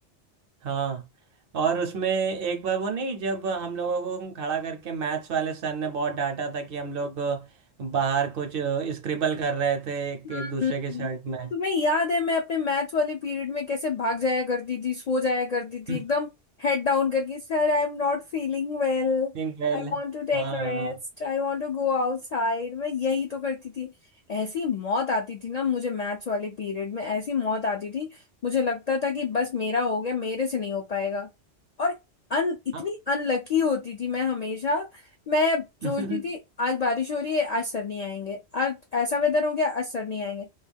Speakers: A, on the right; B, on the left.
A: हाँ और उसमें एक बार वो नहीं जब हम लोगों को खड़ा करके मैथ्स वाले सर ने बहुत डांटा था कि हम लोग बाहर कुछ स्क्रिबल कर रहे थे एक,
B: हम्म,
A: एक दूसरे
B: हम्म।
A: के शर्ट में
B: तुम्हें याद है मैं अपने मैथ्स वाले पीरियड में कैसे भाग जाया करती थी सो जाया करती थी
A: <laughs>
B: एकदम हेड डाउन करके sir I am not feeling well
A: इंक्रेल
B: I want to take
A: हाँ
B: rest I want to go outside मैं यही तो करती थी ऐसी मौत आती थी ना मुझे मैथ्स वाले पीरियड में ऐसी मौत आती थी मुझे लगता था कि बस मेरा हो गया मेरे से नहीं हो पाएगा और अन इतनी
A: हाँ
B: अनलकी होती थी मैं हमेशा मैं सोचती
A: हाँ। <laughs>
B: थी आज बारिश हो रही है आज सर नहीं आएंगे आज ऐसा वेदर हो गया आज सर नहीं आएंगे